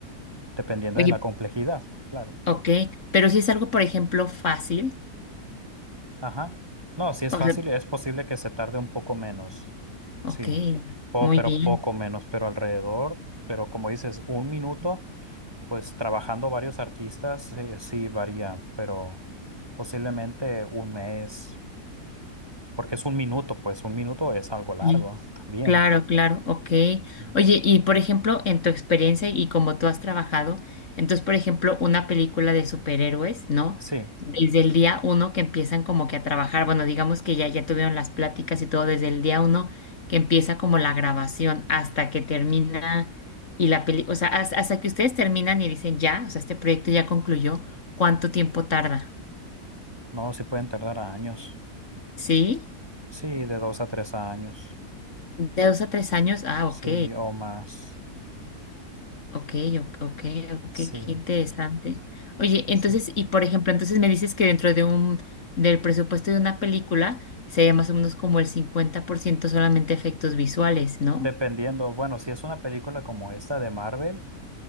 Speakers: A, on the right (about 15°); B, on the left (about 50°).
A: dependiendo
B: Oye,
A: de la complejidad, claro.
B: ok, pero si es algo, por ejemplo, fácil.
A: Ajá. No, si es
B: O
A: fácil,
B: sea,
A: es posible que se tarde un poco menos.
B: ok,
A: Sí, Po-
B: muy
A: pero
B: bien.
A: poco menos, pero alrededor, pero como dices, un minuto, pues trabajando varios artistas, eh, sí varía, pero posiblemente un mes, porque es un minuto, pues un minuto es algo largo
B: sí.
A: <laughs> también.
B: Claro, claro, ok.
A: Mm.
B: Oye, y por ejemplo, en tu experiencia y como tú has trabajado, entonces, por ejemplo, una película de superhéroes, ¿no?
A: Sí,
B: Desde el día uno que empiezan como que a trabajar, bueno, digamos que ya, ya tuvieron las pláticas y todo, desde el día uno que empieza como la grabación hasta que termina y la peli, o sea, has- hasta que ustedes terminan y dicen ya, o sea, este proyecto ya concluyó, ¿cuánto tiempo tarda?
A: no, sí pueden tardar años.
B: ¿Sí?
A: Sí, de dos a tres años.
B: ¿De dos a tres años? Ah,
A: Sí,
B: ok.
A: o más.
B: Ok, ok, ok, ok,
A: Sí,
B: qué interesante. Oye,
A: sí.
B: entonces, y por ejemplo, entonces me dices que dentro de un, del presupuesto de una película sería más o menos como el 50% solamente efectos visuales, ¿no?
A: Dependiendo, bueno, si es una película como esta de Marvel,